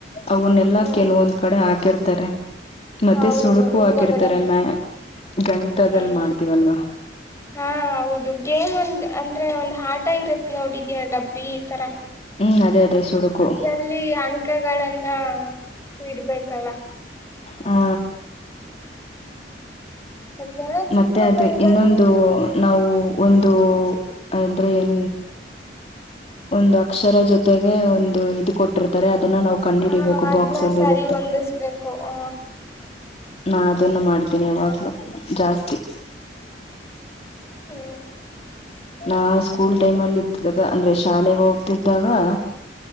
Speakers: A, on the left; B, on the left.
A: ಅವನ್ನೆಲ್ಲಾ
B: ಹ್ಮ್
A: ಕೆಲವೊಂದ್ ಕಡೆ ಹಾಕಿರ್ತಾರೆ ಮತ್ತೆ
B: ಹೌದು
A: ಸುಡುಕು
B: ಹಿಂದಗಡೆ
A: ಹಾಕಿರ್ತಾರೆ ಮ್ಯ ಗಣಿತದಲ್ಲಿ
B: ಹ್ಮ್
A: ಮಾಡ್ತೀವಲ್ವಾ
B: ಹಾ ಹೌದು ಗೇಮ್ ಒಂದ್ ಅಂದ್ರೆ ಒಂದ್ ಆಟ ಇರುತ್ತೆ ನೋಡಿದ್ಯಾ ಡಬ್ಬಿ ಈ ತರ
A: ಹ್ಮ್ ಅದೇ ಅದೇ ಸುಡುಕು
B: ಅದ್ರಲ್ಲಿ ಅಂಕಗಳನ್ನ ಇಡ್ಬೇಕಲ್ಲ
A: ಹಾ
B: ಹ್ಮ್ ಅದ್ನೆಲ್ಲ ಚಿಕ್ಕ
A: ಮತ್ತೆ
B: ಮಕ್ಕಳು
A: ಅದು
B: ಇದಾಗ
A: ಇನ್ನೊಂದು ನಾವು ಒಂದು ಅಂದ್ರೆ ಏನ್ ಒಂದು ಅಕ್ಷರ ಜೊತೆಗೆ ಒಂದು ಇದು ಕೊಟ್ಟಿರ್ತಾರೆ ಕಲ್ಲಿ
B: ಹ ಅದ್ನ ಸರಿ ಹೊಂದಿಸ್ಬೇಕು ಹ
A: ಮಾಡ ಮಾಡತನಿ ಯಾವಾಗ್ಲೂ ಜಾಸ್ತಿ
B: ಹೌ
A: ನಾ ಸ್ಕೂಲ್ ಟೈಮ್ ಅಲ್ಲಿ ಇದ್ದಾಗ ಅಂದ್ರೆ ಶಾಲೆಗೆಗ ಹೋಗ